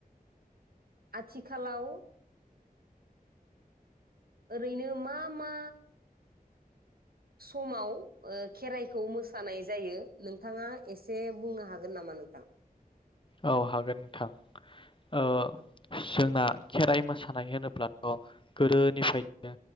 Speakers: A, on the right; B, on the left.
A: आथिखालाव ओरैनो मा मा समाव ओ खेराइखौ मोसानाय जायो नोंथाङा एसे बुंनो हागोन नामा नोंथां?
B: औ हागोन नोंथां
A: औ
B: ओ
A: नोंथां
B: जोंना खेराइ मोसानाय होनोब्लाथ गोदोनिफ्रायनो